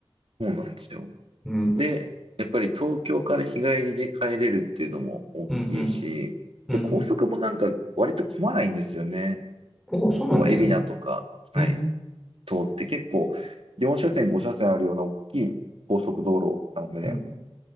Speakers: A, on the right; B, in the centre.
A: そうなんですよ。
B: うん、
A: で、やっぱり東京から日帰りで帰れるっていうのも大きいし、
B: うん、うん、うん。
A: で、
B: うん
A: 高速もなんか割と混まないんですよね。
B: おー、そうなんですね。
A: こう、海老名とか、はい、
B: うん、
A: 通って結構4車線、5車線あるような大きい高速道路なので、
B: うん、